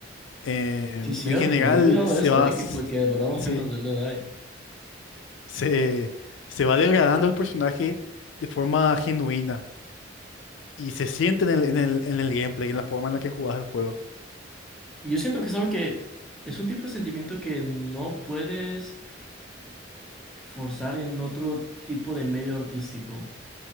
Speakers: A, on the left; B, in the centre.
A: Eh,
B: Sí, cierto,
A: en general,
B: se me había olvidado
A: se
B: eso,
A: va,
B: ¿eh?
A: s-
B: Que fue que duraba
A: sí,
B: <laughs> menos de la edad.
A: se, se va degradando el personaje de forma genuina y se siente en el, en el, en el gameplay, en la forma en la que jugás el juego.
B: Y yo siento que es algo que es un tipo de sentimiento que no puedes forzar en otro tipo de medio artístico.